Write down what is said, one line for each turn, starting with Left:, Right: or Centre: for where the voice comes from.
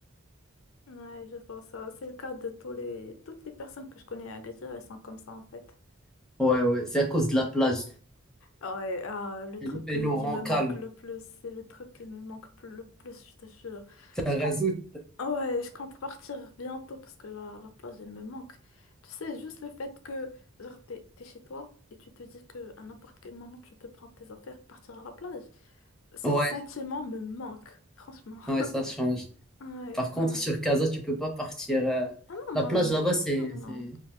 Left: ouais je vois ça c'est le cas de tous les toutes les personnes que je connais à Agadir elles sont comme ça en fait
Centre: ouais, ouais, c'est à cause de la plage.
Left: Ouais, ah, le truc
Centre: Elle, elle
Left: euh,
Centre: nous
Left: qui
Centre: rend
Left: me manque
Centre: calme.
Left: le plus, c'est le truc qui me manque pl- le plus, je te jure.
Centre: Ça
Left: Je
Centre: résout.
Left: compte... Ouais, je compte partir bientôt parce que la, la plage, elle me manque. Tu sais, juste le fait que, genre, t'es, t'es chez toi et tu te dis que à n'importe quel moment, tu peux prendre tes affaires et partir à la plage. Ce sentiment
Centre: Ouais,
Left: me manque, franchement. <laughs>
Centre: ouais, ça change.
Left: Ouais,
Centre: Par contre,
Left: ouais.
Centre: sur Casa, tu peux pas partir. euh,
Left: Ah non,
Centre: La
Left: moi,
Centre: plage
Left: je... m-
Centre: là-bas, c'est,
Left: Non, non, non.
Centre: c'est,